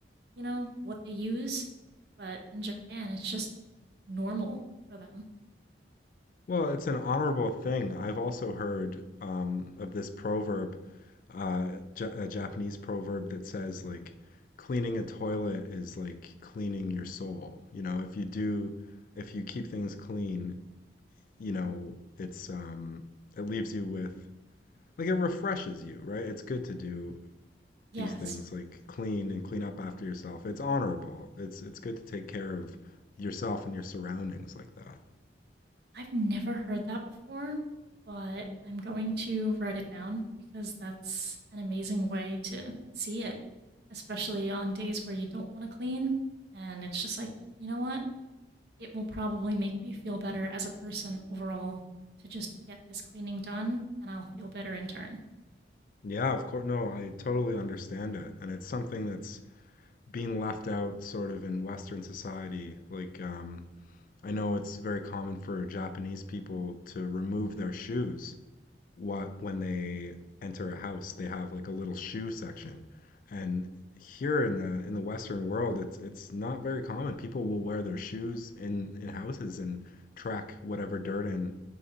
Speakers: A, on the right; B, on the left.
A: you know, what they use. But in Japan, it's just normal for them.
B: Well, it's an honorable thing. I've also heard um, of this proverb, uh, Ja a Japanese proverb that says like cleaning a toilet is like cleaning your soul. You know, if you do, if you keep things clean, you know, it's um, it leaves you with like it refreshes you, right? It's good to do
A: Yes,
B: these things like clean and clean up after yourself. It's honorable. It's it's good to take care of yourself and your surroundings like that.
A: I've never heard that before, but I'm going to write it down because that's an amazing way to see it, especially on days where you don't want to clean. And it's just like, you know what? It will probably make me feel better as a person overall to just get this cleaning done, and I'll feel better in turn.
B: Yeah, of course. No, I totally understand it. And it's something that's being left out sort of in Western society. Like, um, I know it's very common for Japanese people to remove their shoes what when they enter a house. They have like a little shoe section. And here in the in the Western world, it's it's not very common. People will wear their shoes in in houses and track whatever dirt in